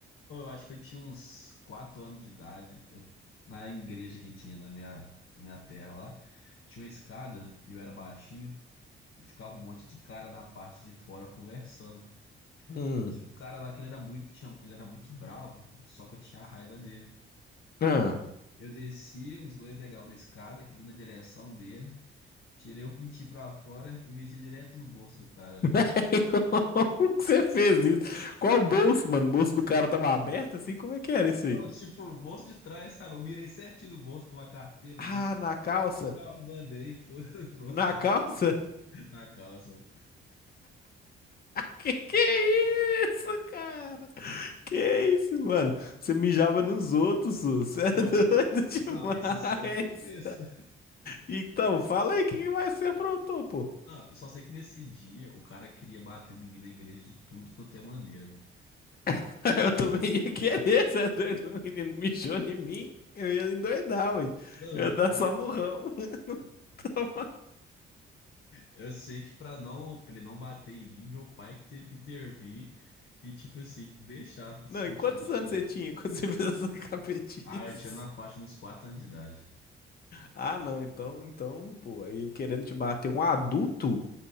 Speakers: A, on the left; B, on the left.
A: Ô, Eu acho que eu tinha uns 4 anos de idade, eu- na igreja que tinha na minha, na minha terra lá, tinha uma escada e eu era baixinho. E ficava um monte de cara na parte de fora conversando.
B: Hum,
A: Tinha um cara lá que ele era muito, tinha- ele era muito bravo, só que eu tinha a raiva dele.
B: ah.
A: Eu desci uns dois degraus da escada, que deu na direção dele, tirei o pintinho pra fora e mexi direto no bolso do cara.
B: <laughs> Como que você fez isso? Qual bolso, mano? O bolso do cara tava aberto assim? Como é que era isso
A: Não,
B: aí?
A: tipo, o bolso de trás, sabe? Eu mirei certinho no bolso, tava a carteira
B: Ah,
A: dele.
B: na calça?
A: Já mandei, e foi, <laughs> pronto,
B: Na calça? <laughs>
A: na calça.
B: Que que é isso, cara? Que isso, mano? Você mijava nos outros, Su. Você é
A: Não,
B: doido
A: mano,
B: <laughs> demais.
A: não, isso é só o começo.
B: Então, fala aí o que que mais você aprontou, pô.
A: Não, eu só sei que nesse dia o cara queria bater em mim na igreja de tudo quanto é maneira, pô.
B: <laughs> Eu também ia querer, você é doido? O menino mijou em mim, eu ia endoidar, ué.
A: Não,
B: Eu ia dar samurrão. <laughs>
A: Eu sei que pra não, pra ele não bater em mim, meu pai que teve que intervir e, tipo assim, deixar
B: Não,
A: me
B: e quantos
A: tirar de
B: anos
A: pé.
B: você tinha quando você fez essa capetice?
A: Ah, eu tinha na faixa nos quatro anos de idade.
B: Ah, não,
A: <laughs>
B: então, então, pô, aí ele querendo te bater um adulto?